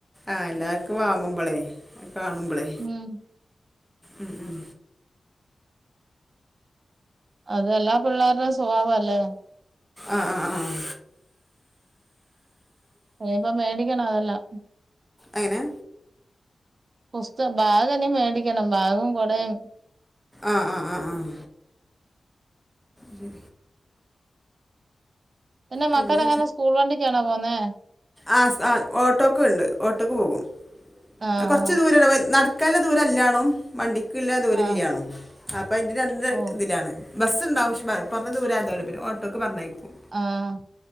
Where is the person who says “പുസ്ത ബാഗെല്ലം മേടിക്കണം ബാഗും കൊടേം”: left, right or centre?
Right